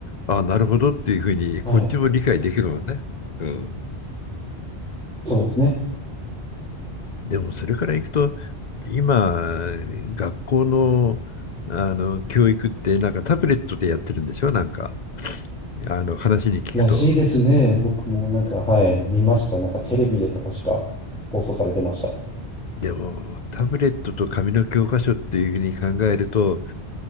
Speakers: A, on the left (about 50°); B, in the centre.
A: あなるほどっていうふうにこっちも理解できるわね。
B: はい。
A: うん、
B: そうですね。
A: でもそれからいくと、今、学校の、あの教育ってなんかタブレットでやってるんでしょなんか、あの話に聞くと。
B: らしいですね。僕もなんか、はい、見ました。なんかテレビで確か放送されてました。
A: でも、タブレットと紙の教科書っていうふうに考えると、